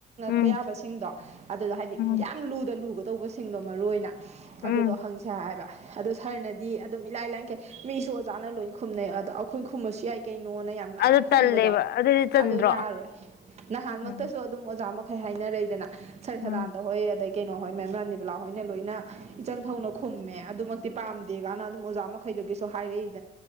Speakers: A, on the left; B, on the right.
A: ꯎꯝ
B: ꯄ ꯌꯥꯕꯁꯤꯡꯗꯣ ꯑꯗꯨꯗ ꯍꯥꯏꯗꯤ
A: ꯎꯝ
B: ꯌꯥꯝ ꯂꯨꯗ ꯂꯨꯒ ꯇꯧꯕꯁꯤꯡꯗꯣ ꯃꯔꯨꯑꯣꯢꯅ ꯑꯗꯨꯗꯣ
A: ꯎꯝ
B: ꯍꯪꯁꯦ ꯍꯥꯏꯕ ꯑꯗꯣ ꯁꯔꯅꯗꯤ ꯑꯗꯨꯝ ꯏꯂꯥꯏ ꯂꯥꯏ ꯀꯩ ꯃꯤꯁꯨ ꯑꯣꯖꯥꯅ ꯂꯣꯏ ꯈꯨꯝꯅꯩ ꯑꯗꯣ ꯑꯩꯈꯣꯏ ꯈꯨꯝꯃꯁꯨ ꯌꯥꯏ ꯀꯩ ꯅꯣꯅ ꯌꯥꯝ ꯂꯥꯏꯅ
A: ꯑꯗꯨ
B: ꯈꯨꯝꯕꯗꯣ
A: ꯇꯜꯂꯦꯕ ꯑꯗꯨꯗꯤ ꯇꯟꯗ꯭ꯔꯣ
B: ꯑꯗꯣ ꯌꯥꯔꯣꯏ ꯅꯍꯥꯟꯃꯛꯇꯁꯨ
A: ꯎꯝ
B: ꯑꯗꯨꯝ ꯑꯣꯖꯥ ꯐꯩ ꯍꯥꯏꯅꯔꯩꯗꯅ ꯁꯔ
A: ꯎꯝ
B: ꯁꯗꯥꯥꯟꯗ ꯍꯣꯢ ꯑꯗꯩ ꯀꯩꯅꯣ ꯍꯣꯏ ꯃꯦꯝ ꯔꯥꯥꯅꯤꯕꯥꯂꯥ ꯍꯣꯏꯅ ꯂꯣꯏꯅ ꯏꯆꯪ ꯊꯧꯅ ꯈꯨꯝꯃꯦ ꯑꯗꯨꯃꯛꯇꯤ ꯄꯥꯝꯗꯦ ꯀꯥꯏꯅ ꯑꯗꯨꯝ ꯑꯣꯖꯥ ꯃꯈꯩꯗꯒꯤꯁꯨ ꯍꯥꯏꯔꯛꯏ